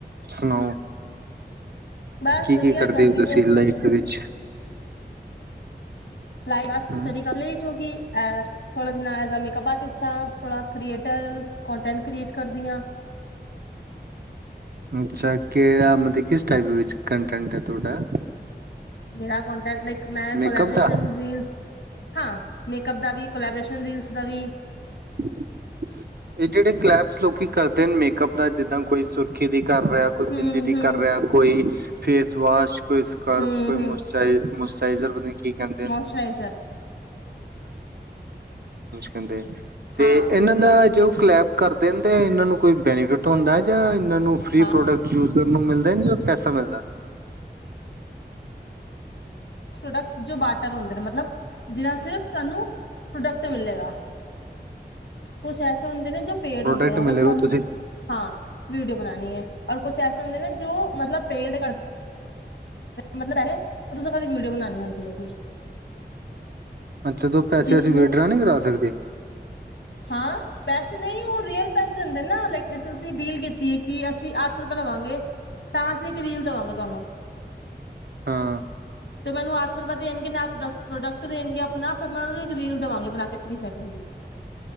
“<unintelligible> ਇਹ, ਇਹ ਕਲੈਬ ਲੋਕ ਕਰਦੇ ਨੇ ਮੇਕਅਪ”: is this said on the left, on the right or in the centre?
Right